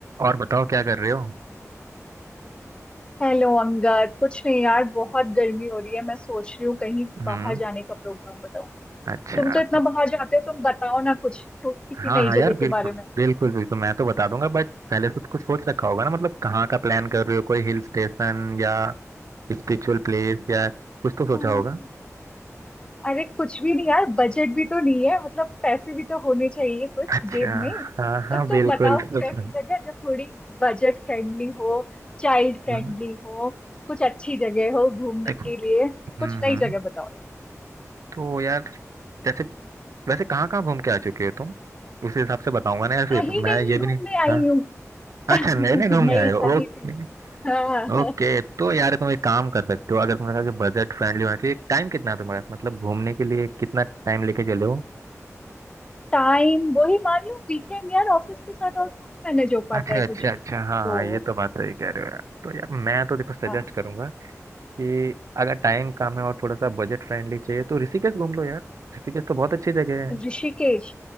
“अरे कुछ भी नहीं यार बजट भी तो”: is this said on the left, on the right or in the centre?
Left